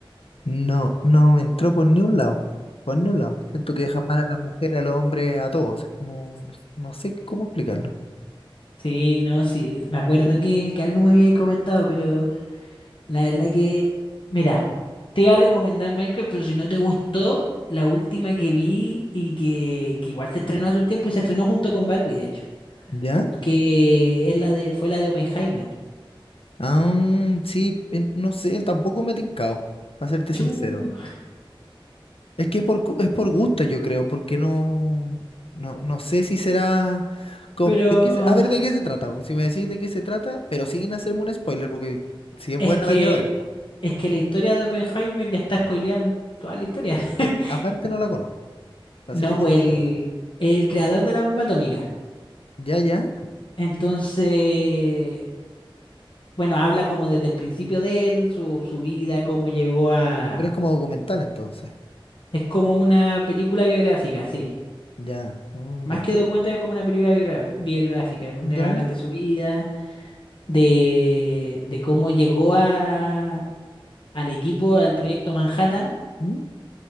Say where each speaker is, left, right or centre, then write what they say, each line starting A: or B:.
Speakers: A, on the left (about 85°); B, on the left (about 65°).
A: No, no me entró por ni un lado. Por ni un lado. Siento que deja mal a las mujeres, a los hombres, a todos. Es como, no sé cómo explicarlo.
B: Sí, no, sí, me acuerdo que, que algo me habíais comentado, pero la verdad que, mira, te iba a recomendar Minecraft, pero si no te gustó, la última que vi y que, que igual se estrenó hace un tiempo y se estrenó junto con Barbie, de hecho,
A: ¿Ya?
B: que es la de, fue la de Oppenheimer.
A: Ah, sí, en- no sé, tampoco me he tincado, para serte
B: Chu,
A: sincero. Es que es por, gu- es por gusto, yo creo, porque no, no, no sé si será... co-
B: pero
A: ¿De qué se- a ver, ¿de qué se trata? pues, Si me decís de qué se trata, pero sin hacerme un spoiler, porque si es buena
B: es que,
A: la quiero ver. pues.
B: es que la historia de Oppenheimer ya está spoileando toda la historia. <laughs>
A: Es que aparte no la conozco, para
B: No,
A: serte
B: pues
A: sincera.
B: el, el creador de la bomba atómica.
A: Ya, ya.
B: Entonces, Bueno, habla como desde el principio de él, su, su vida, cómo llegó a...
A: Pero es como documental entonces.
B: Es como una película biográfica, sí.
A: Ya, mm,
B: Más
A: ya,
B: que documental, es como una película biogra- biográfica, donde
A: ya,
B: hablan de su vida, de, de cómo llegó a, al equipo, al proyecto Manhattan,
A: mm,